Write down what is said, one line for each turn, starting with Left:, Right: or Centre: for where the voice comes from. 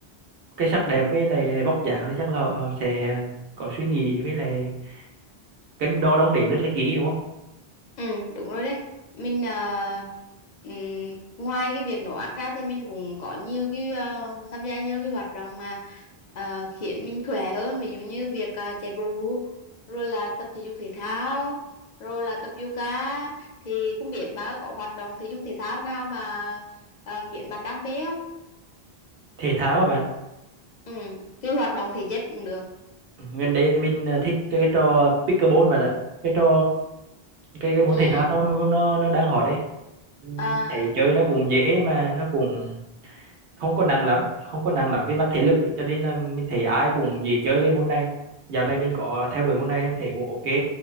Right: cái sắc đẹp với lại vóc dáng thì chắc là họ sẽ có suy nghĩ với lại cân đo đong đếm rất là kỹ đúng không
Left: Ừ, đúng rồi đấy. Mình ờ, ừm, ngoài cái việc nấu ăn ra thì mình cũng có nhiều cái ờ, tham gia nhiều cái hoạt động mà ờ, khiến mình khỏe hơn, ví dụ như việc ờ, chạy bộ, rồi là tập thể dục thể thao, rồi là tập yoga. Thì không biết bạn có hoạt động thể dục thể thao nào mà ờ, khiến bạn đam mê không?
Right: thể thao các bạn
Left: Ừ, cái hoạt động thể chất cũng được.
Right: gần đây thì mình ờ, thích cái trò pickleball bạn ạ cái trò cái, cái môn
Left: Ừ, ừ,
Right: thể thao nó nó nó đang hot đấy Ừm,
Left: đã.
Right: thấy chơi nó cũng dễ mà nó cũng không có nặng lắm không có nặng lắm về mặt thể lực ấy. cho nên là mình thấy ai cũng dễ chơi cái môn này dạo này mình có theo đuổi môn này mình thấy cũng ok